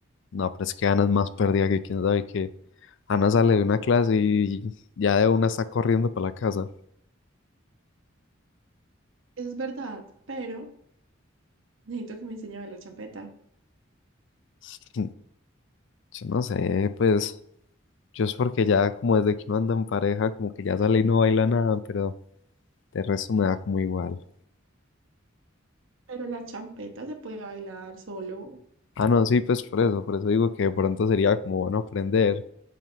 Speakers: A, on the left (about 65°); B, on the right (about 80°).
A: No, pero es que Ana es más perdida que quién sabe qué, Ana sale de una clase y ya de una está corriendo para la casa.
B: Eso es verdad, pero necesito que me enseñe a bailar champeta.
A: <laughs> Yo no sé, pues yo es porque ya como desde que uno anda en pareja, como que ya sale y no baila nada, pero de resto me da como igual.
B: Pero la champeta se puede bailar solo,
A: Ah, no, sí, pues por eso, por eso digo que de pronto sería como bueno aprender,